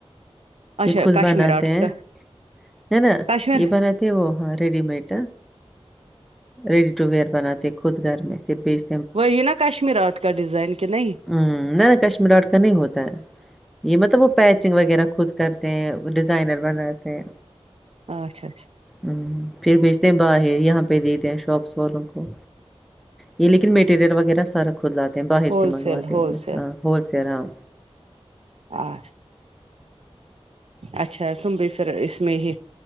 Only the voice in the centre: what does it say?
یہ خود
بناتے
ہیں
ہے نا
یہ بناتے تھے وہ ہاں ready made ready to wear بناتے خود گھر میں پھر بیچ
ہمم نہیں کشمیراٹ کا نہیں ہوتا ہے یہ مطلب وہ پیچنگ وغیرہ خود کرتے ہیں ڈیزائنر بناتے ہیں
ہ پھر بیچتے ہیں باہر یہاں پہ دیتے ہیں شاپس والوں کو یہ لیکن مٹیریل وغیرہ سارا خود لاتے ہیں باہر
سے منگواتے
ہول سیل ہاں